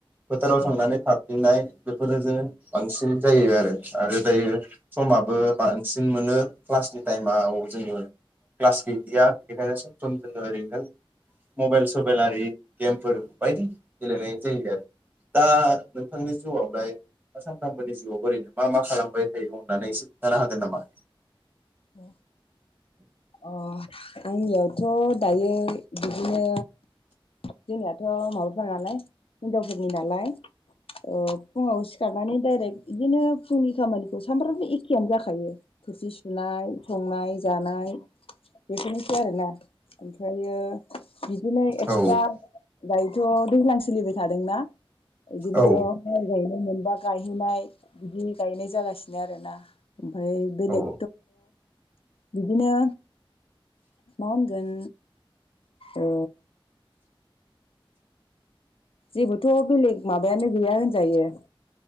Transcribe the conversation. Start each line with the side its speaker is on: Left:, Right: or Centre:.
Right: फोथाराव थांनानै
Left: औ
Right: खारफेननाय बेफोरो ज बांसिन जायो आरो आरो दायो समाबो बांसिन मोनो क्लासनि टाइमाव जोङो क्लास गैलिया बेखायनो स सम जोङो ओरैनो मबेल सबेल आरि गेमफोर बायदि गेलेनाय जायो आरो दा नोंथांनि जिउआव लाय हा सानफ्रामबोनि जिउआव ओरैनो बा मा खालामबाय थायो अननानै एसे खोन्थानो हागोन नामा
Left: अ अ आंनियावथ' दायो बिदिनो जोंनियाथ' माबाफोर नालाय हिनजावफोरनि नालाय ओ फुङाव सिखारनानै डायरेक्ट इदिनो फुंनि खामानिखौ सानफ्रामबो एखेयानो जाखायो थोरसि सु सुनाय संनाय जानाय बेफोरनोसै आरोना ओमफ्रायो बिदिनो एक्सट्रा
Right: औ
Left: दाय थ' दैज्लां सोलिबाय थादोंना इदिनो
Right: औ
Left: माइ गायनो मोनबा गायहैनाय बिदि गायनाय जागासिनो आरोना ओमफाय बेलेग
Right: औ
Left: बिदिनो मा होनगोन ओ जेबोथ' बेलेग माबायानो गैया होनजायो